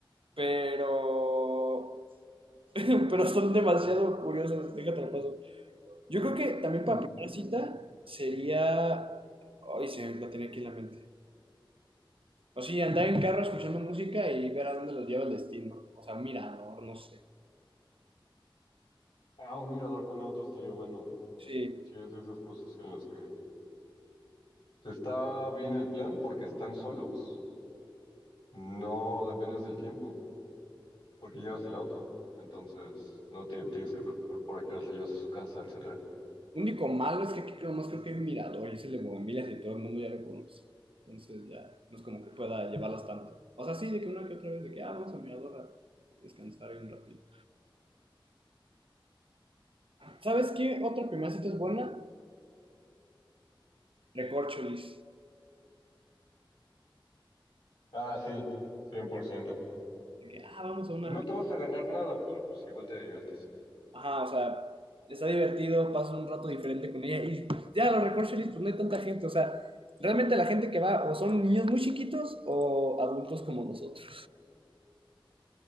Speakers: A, on the right; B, on the left.
A: pero <laughs> pero son demasiado curiosos, déjate lo paso. Yo creo que también para
B: Mm.
A: primera cita sería ay, se me la tiene aquí en la mente. O sí, andar en carro escuchando música y ver a dónde los lleva el destino. O sea, mirador, no sé.
B: Ah, un mirador con autos estaría bueno.
A: Sí.
B: Si es de esas cosas en las que está bien el plan porque están solos, no dependes del tiempo porque llevas el auto. Entonces no te tienes que preocupar por a qué hora la llevas a su casa, etcétera.
A: Único malo es que aquí nomás creo que hay un mirador y ese es el de Bugambilias y todo el mundo ya lo conoce. Entonces ya no es como que pueda llevarlas tanto. O sea, sí, de que una que otra vez, de que ah, vamos al mirador a descansar ahí un ratito. ¿Sabes qué? Otra primera cita es buena. Recorcholis.
B: Ah, sí, 100%.
A: De que ah, vamos a una.
B: No te vas a ganar nada, pero pues igual te diviertes.
A: Ajá, o sea, está divertido, pasas un rato diferente con ella y ya los recorcholis, pues no hay tanta gente. O sea, realmente la gente que va o son niños muy chiquitos o adultos como nosotros.